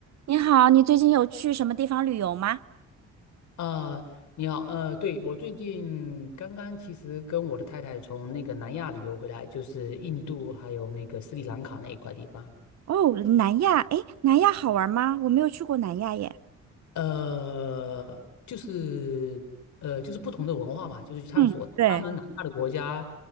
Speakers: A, on the right (about 60°); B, on the left (about 70°).
A: 你好，你最近有去什么地方旅游吗？
B: 呃，你好，呃，对，我最近刚刚其实跟我的太太从那个南亚旅游回来，就是印度还有那个斯里兰卡那一块地方，
A: 哦，南亚，哎，南亚好玩吗？我没有去过南亚耶。
B: 呃，就是呃就是不同的文化嘛，就是去探索他们南亚的国家，
A: 嗯，对